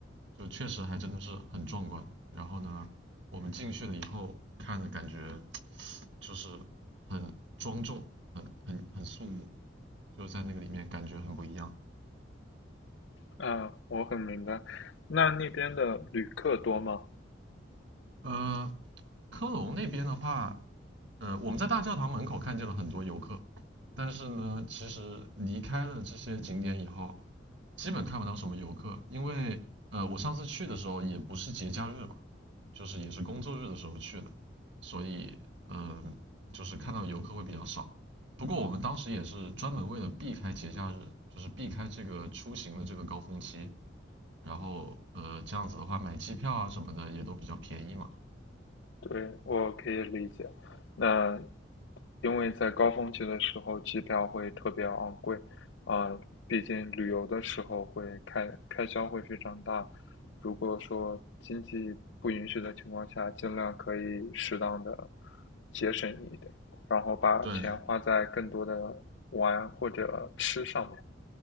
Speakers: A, on the right; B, on the left.
A: 就确实还真的是很壮观。然后呢，我们进去了以后看的感觉就是很庄重，很很很肃穆，就在那个里面感觉很不一样。
B: 啊，我很明白。那那边的旅客多吗？
A: 呃，科隆那边的话，呃，我们在大教堂门口看见了很多游客，但是呢，其实离开了这些景点以后，基本看不到什么游客，因为呃，我上次去的时候也不是节假日嘛，就是也是工作日的时候去的，所以嗯、呃，就是看到游客会比较少。不过我们当时也是专门为了避开节假日，就是避开这个出行的这个高峰期，然后呃，这样子的话买机票啊什么的也都比较便宜嘛。
B: 对，我可以理解。那因为在高峰期的时候，机票会特别昂贵，啊，毕竟旅游的时候会开开销会非常大。如果说经济不允许的情况下，尽量可以适当的节省一点，然后把钱花在更多的玩或者吃上面。
A: 对，